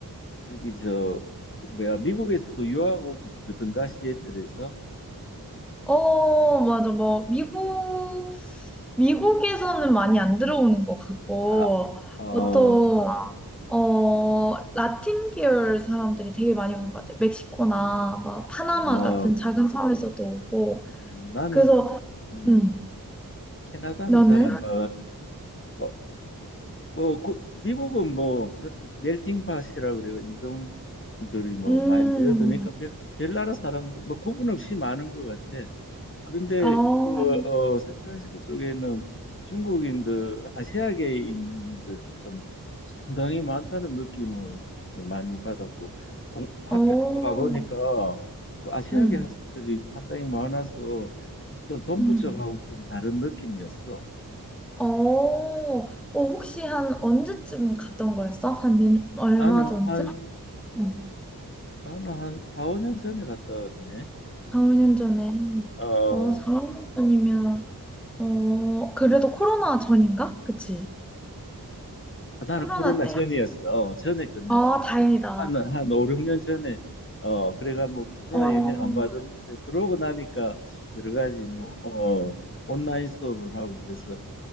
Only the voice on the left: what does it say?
저기 저 뭐야 미국에서도 유학 오고 그러던가 시애틀에서
아, 어,
아,
어,
음, 나는
음,
캐나다는
잘 안 봐, 어, 뭐, 그- 미국은 뭐, 저, 멜팅 팟이라 그래요. 인종들이 뭐,
많이 모여드니까, 별, 별 나라 사람들, 뭐, 구분 없이 많은 것 같아. 그런데,
그, 어, 샌프란시스코 쪽에는 중국인들, 아시아계인들이 좀 상당히 많다는 느낌을 많이 받았고, 공, 학교에도
가보니까, 그 아시아계
학생들이 상당히 많아서, 좀 동부
쪽하고 좀 다른 느낌이었어.
나는
한,
나는 한 4, 5년 전에 갔다 왔네.
어,
나는
코로나
전이었어. 어, 전에 끝냈어.
한, 한 5, 6년 전에, 어, 그래가 뭐 코로나
영향 안 받았는데 들어오고 나니까 여러 가지 뭐, 어, 온라인 수업을 하고 그래서